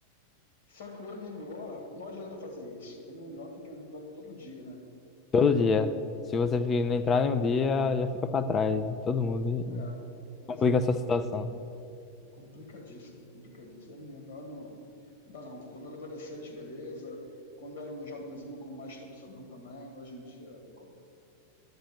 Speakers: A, on the left; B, on the left.
A: só que o MMO, não adianta fazer isso. MMO tem que entrar todo dia, né?
B: Todo dia. Se você fi- não entrar em um dia, já fica pra trás. Todo mundo e
A: É, pois
B: complica
A: é.
B: a sua situação.
A: Co- Complicadíssimo, complicadíssimo. É melhor não. Não dá não. Quando eu era adolescente, beleza. Quando eu era um jovenzinho com mais tempo sobrando também, hoje em dia tem como.